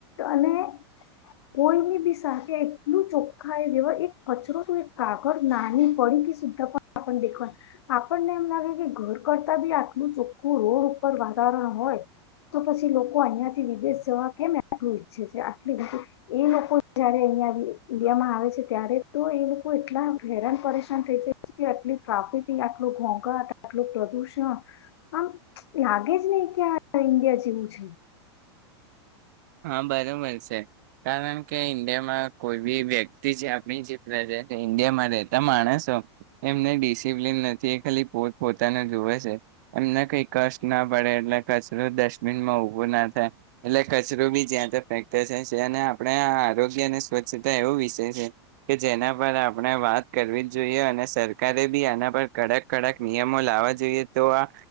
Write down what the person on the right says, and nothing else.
હહ બરોબર છે. કારણ કે ઈન્ડિયામાં કોઈ બી વ્યક્તિ જે આપણી જે પ્રજા ઈન્ડિયામાં રહેતા માણસો એમને ડિસિપ્લિન નથી. એ ખાલી પોત પોતાના જુવે છે. એમને કઈ કષ્ટ ના પડે એટલે કચરો ડસ્ટબિનમાં ઉભો ના થાય એટલે ક કચરો બી જ્યાં ત્યાં ફેકતા છે. અને આપણે આ આરોગ્ય અને સ્વચ્છતા એવો વિષય છે કે જેના પર આપણે વાત કરવી જ જોઈએ. અને સરકારે બી આના પર કડક કડક નિયમો લાવવા જોઈએ તો આ